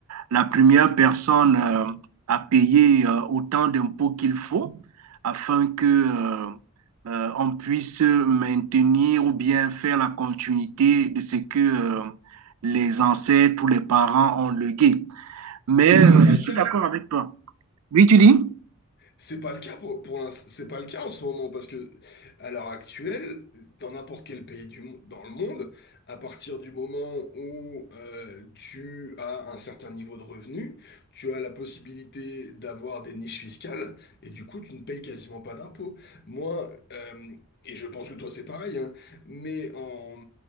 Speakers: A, on the right; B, on the left.
A: la première personne euh, à payer euh, autant d'impôts qu'il faut afin que euh, euh, on puisse maintenir ou bien faire la continuité de ce que euh, les ancêtres ou les parents ont légué. Mais
B: Ouais, mais
A: euh,
B: c'est pas
A: je
B: le
A: suis
B: cas.
A: d'accord avec toi. Oui, tu dis?
B: C'est pas le cas pour, pour l'ins- c'est pas le cas en ce moment parce que à l'heure actuelle, dans n'importe quel pays du mo- dans le monde, à partir du moment où euh, tu as un certain niveau de revenu, tu as la possibilité d'avoir des niches fiscales et du coup tu ne payes quasiment pas d'impôts. Moi, euh, et je pense que toi c'est pareil, hein, mais en